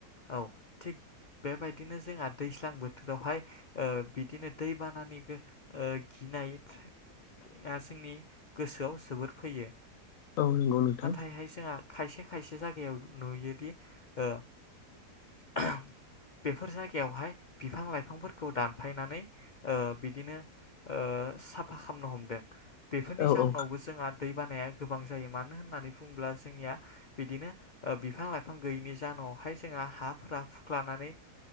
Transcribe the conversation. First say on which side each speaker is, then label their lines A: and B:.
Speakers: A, on the left (about 85°); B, on the left (about 65°).
A: औ थिग बेबायदिनो जोंहा दैज्लां बोथोरावहाय ओ बिदिनो दैबानानि गो ओ गि नायआ जोंनि गोसोआव जोबोर फैयो।
B: औ नंगौ नोंथां
A: नाथायहाय जोंहा खायसे खायसे जायगायाव नुयोदि ओ <unintelligible> बेफोर जायगायावहाय बिफां लाइफांफोरखौ दानफायनानै ओ बिदिनो ओ ओ साफा खालामनो हमदों बेफोरनि
B: औ
A: जाउनावबो
B: औ
A: जोंहा दै बानाया गोबां जायो मानो होननानै बुङोब्ला जोंनिया बिदिनो ओ बिफां लाइफां गैयिनि जान उनावहाय जोंहा हाफोरा खुख्लानानै